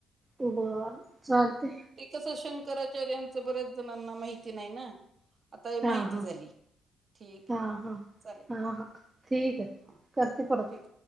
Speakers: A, on the right; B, on the right.
A: बर चालतंय.
B: कस शंकराचार्यांच बऱ्याच जणांना माहिती नाही ना? आता हे
A: हा
B: माहिती
A: हा
B: झाली. ठीक
A: हा
B: आहे
A: हा,
B: चालेल
A: हा हा ठीक आहे
B: हा
A: करते परत.
B: ठीक आहे